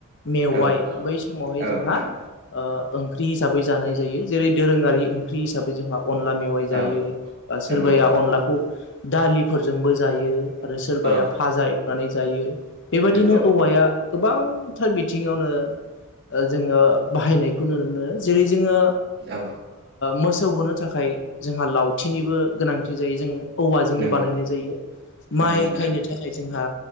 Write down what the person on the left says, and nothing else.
मेवाइ
बै समावहाय
जोंहा
ओ ख्रि हिसाबै जानाय जायो जेरै दोरोङारि ओंख्रि हिसाबै जोंहा अनला मेवाइ जायो
बा सोरबाया
अनलाखौ दालिफोरजोंबो जायो। आरो सोरबाया
फाजा एवनानै जायो बेबायदिनो
औवाया गोबांथार बिथिङावनो जोङो बाहायनायखौ नुनो मोनो जेरै जोङो
मोसौ होनो थाखाय जोंहा लावथिनिबो गोनांथि जायो जोङो। औवाजोंनो
बानायनाय जायो
माइ
खायनो थाखाय जोंहा